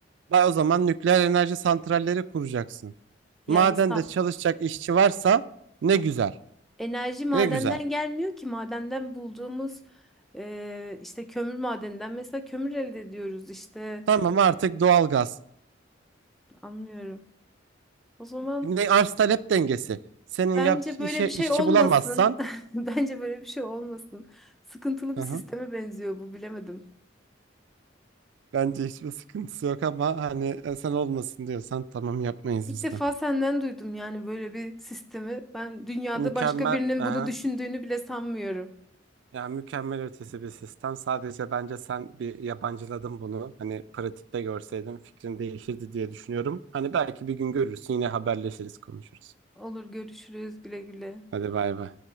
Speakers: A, on the right; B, in the centre.
A: Vay o zaman nükleer enerji santralleri kuracaksın.
B: Yani
A: Madende
B: sa-
A: çalışacak işçi varsa ne güzel.
B: enerji madenden
A: Ne güzel.
B: gelmiyor ki. Madenden bulduğumuz e, işte kömür madeninden mesela kömür elde ediyoruz işte.
A: Tamam artık doğalgaz.
B: Anlıyorum. O zaman
A: Ne arz talep dengesi. Senin
B: bence
A: yap işe
B: böyle bir
A: işçi
B: şey olmasın.
A: bulamazsan
B: <laughs> Bence böyle bir şey olmasın. Sıkıntılı
A: hı
B: bir sisteme
A: hı.
B: benziyor bu bilemedim.
A: Bence hiçbir sıkıntısı yok ama hani e, sen olmasın diyorsan tamam yapmayız
B: İlk
A: biz
B: defa
A: de.
B: senden duydum yani böyle bir sistemi. Ben dünyada
A: Mükemmel,
B: başka birinin
A: aha.
B: bunu düşündüğünü bile sanmıyorum.
A: Yani mükemmel ötesi bir sistem. Sadece bence sen bir yabancıladın bunu. Hani pratikte görseydin fikrin değişirdi diye düşünüyorum. Hani belki bir gün görürsün yine haberleşiriz konuşuruz.
B: Olur görüşürüz güle güle.
A: Hadi bay bay.